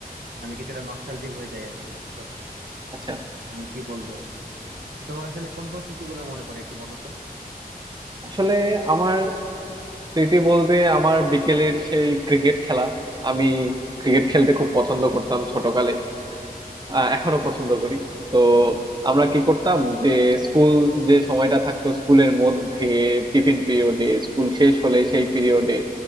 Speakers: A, on the right; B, on the right.
A: মানে কিছুটা নস্টালজিক হয়ে যাই আর কি বুঝছো
B: আচ্ছা
A: মানে কি বলবো তো তোমার আসলে কোন কোন স্মৃতিগুলো মনে পড়ে একটু বলো তো
B: আসলে আমার স্মৃতি বলতে আমার বিকেলের সেই ক্রিকেট খেলা আমি ক্রিকেট খেলতে খুব পছন্দ করতাম ছোটকালে আহ, এখনো পছন্দ করি তো আমরা কি করতাম যে স্কুল যে সময়টা থাকতো স্কুলের মধ্যে টিফিন পিরিয়ডে স্কুল শেষ হলে সেই পিরিয়ডে